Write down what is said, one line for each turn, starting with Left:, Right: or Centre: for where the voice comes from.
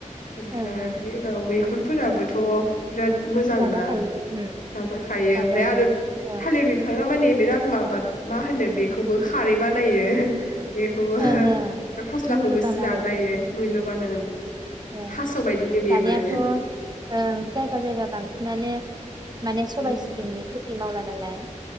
Left: ओमफ्राय
Right: ओं ओं
Left: बिनि उनाव मै खुनफोराबोथ' बिराद मोजांना
Right: जाजाखायो उम
Left: जाजाखायो
Right: जाजायो
Left: ओमफ्राय आरो
Right: ओं
Left: थालिर बिफाङा माने बिराद माबा मा होनो बेखौबो खारै बानायो बेखौबो
Right: ओं ओं
Left: फस्लाखौबोसो
Right: मुल्यबान
Left: जाजायो
Right: आरो
Left: मैलबान
Right: उम ओ
Left: थास' बायदिनो बेबो
Right: दानियाथ' ओं जायगा जायगा बांसिनानो माने सबाय
Left: ओ
Right: सिबिंनि खिथि मावलानालाय